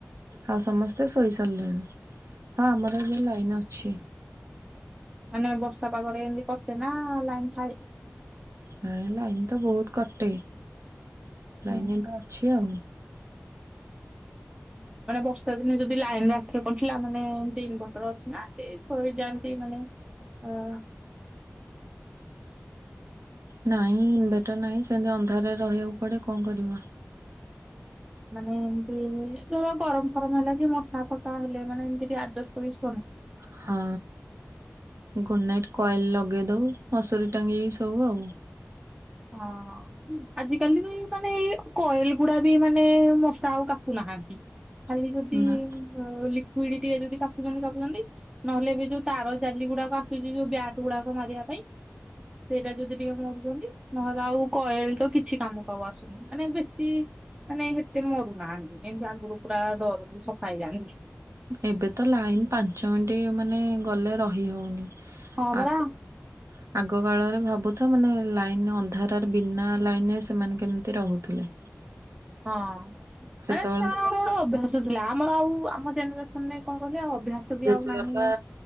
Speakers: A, on the right; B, on the right.
A: ଆଉ ସମସ୍ତେ ଶୋଇ ସାରିଲେଣି ହଁ ଆମର ଏବେ ଲାଇନ ଅଛି।
B: ମାନେ ବର୍ଷା ପାଗରେ ଏମତି କଟେ ନା ଲାଇନ୍ ଥାଏ?
A: ହଁ ଲାଇନ୍ ତ ବହୁତ କଟେ, ଲାଇନ
B: ହୁଁ
A: ଏବେ ଅଛି ଆଉ।
B: ମାନେ ବର୍ଷା ଦିନେ ଯଦି ଲାଇନ ରାତିରେ କଟିଲା ମାନେ ଏମିତି ଇନଭଟର ଅଛି ନା ଏ ଶୋଇଯାଆନ୍ତି ମାନେ ଅ
A: ନାଇଁ ଇନଭେଟର ନାହିଁ ସେମିତି ଅନ୍ଧାରରେ ରହିଆକୁ ପଡେ କଣ କରିବା।
B: ମାନେ ଏମିତି ଧର ଗରମ ଫରମ ହେଲା କି ମଶା ଫସା ହେଲେ ମାନେ ଏମିତି ଟିକେ ଆଡଜଷ୍ଟ କରି ଶୁଅନ
A: ହଁ। ଗୁଡ଼୍ ନାଇଟ୍ କଏଲ ଲଗେଇ ଦଉ ମସୁରୀ ଟାଙ୍ଗିକି ଶୋଉ ଆଉ।
B: ହଁ ଆଜିକାଲି ତ ଏଇ ମାନେ ଏଇ କଏଲ ଗୁଡା ବି ମାନେ ମଶା ଆଉ କାଟୁନା ଖାଆନ୍ତି ଖାଲି ଯଦି
A: ନା
B: ଅ ଲିକ୍ୱିଡିଟିଏ ଯଦି <unintelligible> <unintelligible> ନହେଲେ ଏବେ ଯୋଉ ତାର ଜାଲି ଗୁଡାକ ଆସୁଛି ଯୋଉ ବ୍ୟାଟ ଗୁଡାକ ମାରିଆ ପାଇଁ ସେଇଟା ଯଦି ଟିକେ <unintelligible> ନହେଲେ ଆଉ କଏଲ ତ କିଛି କାମକୁ ଆଉ ଆସୁନି ମାନେ ବେଶୀ ମାନେ ହେତେ ମରୁନାହାନ୍ତି। ଏମିତି ଆଗରୁ ପୁରା <unintelligible> ସଫା ହେଇଯାଆନ୍ତି।
A: ଏବେ ତ ଲାଇନ ପାଞ୍ଚ ମିନିଟ ମାନେ ଗଲେ ରହି ହଉନି।
B: ହଁ ପରା।
A: ଆଗ ଆଗ କାଳରେ ଭାବୁଥାଅ ମାନେ ଲାଇନ ଅନ୍ଧାର ତାରେ ବିନା ଲାଇନରେ ସେମାନେ କେମିତି ରହୁଥିଲେ?
B: ହଁ
A: ସେତେବେଳେ
B: ମାନେ ସେମାନଙ୍କର
A: ତ
B: ଗୋଟେ ଗୋଟେ ଅଭ୍ୟାସ ଥିଲା ଆପ ଆମର ଆଉ ଆମ ଜେନେରେସନରେ କଣ କହିଲେ ଅଭ୍ୟାସ ବି
A: ଜେଜେବାପା
B: ଆଉ ନାହିଁ ନା